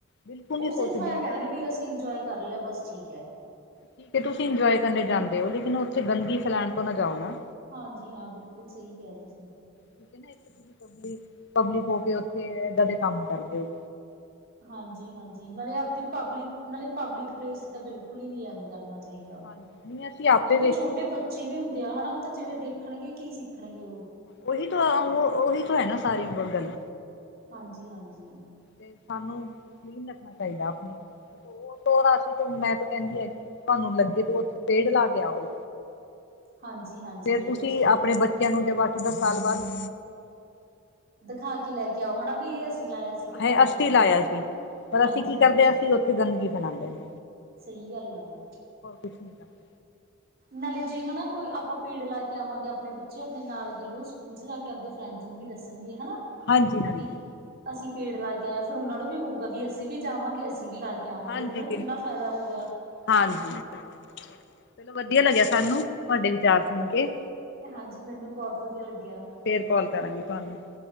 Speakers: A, on the left (about 55°); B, on the right (about 45°).
A: ਬਿਲਕੁਲ
B: ਓ
A: ਨਹੀਂ ਸੋਚਦੇ
B: ਸਿਰਫ ਐ ਕਹਿੰਦੇ ਨੇ ਵੀ ਅਸੀਂ ਇੰਜੋਏ ਕਰ ਲਿਆ ਬਸ ਠੀਕ ਐ।
A: ਠੀਕ ਹੈ ਤੁਸੀਂ ਇੰਜੋਏ ਕਰਨੇ ਜਾਂਦੇ ਹੋ ਲੇਕਿਨ ਉੱਥੇ ਗੰਦਗੀ ਫੈਲਾਣ ਤੋਂ ਨਾ ਜਾਓ ਨਾ।
B: ਹਾਂਜੀ ਹਾਂ, ਬਿਲਕੁਲ ਸਹੀ ਕਿਹਾ ਤੁਸੀਂ ਨੇ।
A: ਠੀਕ ਹੈ ਨਾ ਇੱਕ ਤੁਸੀ ਪਬਿਕ ਪਬਲਿਕ ਹੋ ਕੇ ਉੱਥੇ ਏਦਾਂ ਦੇ ਕੰਮ ਕਰਦੇ ਓ।
B: ਹਾਂਜੀ-ਹਾਂਜੀ ਨਾਲੇ ਆਪਦੇ ਪਬਲਿਕ ਨਾਲੇ ਪਬਲਿਕ ਪਲੇਸ ਤਾਂ ਬਿਲਕੁਲ ਈ ਨੀ ਐਵੇਂ ਕਰਨਾ ਚਾਹੀਦਾ
A: ਹਾਂਜੀ ਨਹੀਂ ਅਸੀਂ ਆਪੇ
B: ਕਿਉਂਕਿ
A: ਵੇਖੀਏ
B: ਛੋਟੇ ਬੱਚੇ ਅਛੇ ਵੀ ਹੁੰਦੇ ਆ ਹਨਾ, ਓ ਤਾਂ ਜਿਵੇਂ ਦੇਖਣਗੇ ਕੀ ਸਿੱਖਣਗੇ ਓ
A: ਓਹੀ ਤੋਂ ਓਹੀ ਤੋਂ ਹੈ ਨਾ ਸਾਰੀ ਗੱਲ।
B: ਹਾਂਜੀ, ਹਾਂਜੀ।
A: ਤੇ ਸਾਨੂੰ ਕਲੀਨ ਰੱਖਣਾ ਚਾਹੀਦਾ ਆਪਣੇ ਉਹਸੀ ਮੈਂ ਤਾਂ ਕਹਿੰਦੀ ਆ, ਕਿ ਤੁਹਾਨੂੰ ਲੱਗੇ ਤੋਂ ਉੱਥੇ ਪੇੜ ਲਾ ਕੇ ਆਓ।
B: ਹਾਂਜੀ-ਹਾਂਜੀ
A: ਫੇਰ
B: ਬਿਲਕੁਲ
A: ਤੁਸੀਂ
B: ਸਹੀ
A: ਆਪਣੇ
B: ਕਿਹਾ।
A: ਬੱਚਿਆਂ ਨੂੰ ਜਦੋ ਅੱਠ, ਦਸ ਸਾਲ ਬਾਅਦ ਲ
B: ਦਿਖਾ ਕੇ ਲੈ ਕੇ ਆਓ ਹਨਾ, ਵੀ ਇਹ ਅਸੀਂ ਲਾਇਆ ਸੀ। ਕਿੱਡਾ
A: ਇਹ
B: ਵੱਡਾ
A: ਅਸੀ
B: ਹੋ
A: ਲਾਇਆ
B: ਗਿਆ।
A: ਸੀ ਪਰ
B: ਹਾਂਜੀ-ਹਾਂਜੀ
A: ਅਸੀਂ ਕੀ ਕਰਦੇ ਆ ਅਸੀਂ ਉੱਥੇ ਗੰਦਗੀ ਫੈਲਾਉਂਦੇ ਨੇ।
B: ਸਈ ਗੱਲ ਆ ਵਾ।
A: <unintelligible>
B: ਨਾਲੇ ਜੀ ਹਨਾ ਕੋਈ ਆਪਾਂ ਪੇੜ ਲਾ ਕੇ ਆਵਾਂਗੇ ਆਪਣੇ ਬੱਚੇ ਆਪਣੇ ਨਾਲ ਦੇ ਉਹ ਸਕੂਲ ਚ ਜਾ ਕੇ ਆਪਦੇ ਫਰੈਂਡਜ ਨੂੰ ਵੀ ਦੱਸਣਗੇ ਹਨਾ।
A: ਹਾਂਜੀ-ਹਾਂਜੀ।
B: ਵੀ ਅਸੀਂ ਪੇੜ ਲਾ ਕੇ ਆਏਆ। ਫਿਰ ਉਹਨਾਂ ਨੂੰ ਵੀ ਹੋਊਗਾ ਵੀ ਅਸੀਂ ਵੀ ਜਾਵਾਂਗੇ। ਅਸੀਂ ਵੀ ਲਾ ਆਵਾਂਗੇ
A: ਹਾਂਜੀ
B: ਇਹਦੇ ਨਾਲ
A: ਬਿਲਕੁਲ
B: ਕਿੰਨਾ ਫਾਇਦਾ ਹੋ ਗਿਆ।
A: ਹਾਂਜੀ। ਚਲੋ, ਵਧੀਆ ਲੱਗਿਆ ਸਾਨੂੰ ਤੁਹਾਡੇ ਵਿਚਾਰ ਸੁਣ ਕੇ।
B: ਹਾਂਜੀ ਮੈਨੂੰ ਬੋਤ ਵਧੀਆ ਲੱਗ
A: ਫੇਰ ਕਾਲ ਕਰਾਂਗੀ ਤੁਹਾਨੂੰ।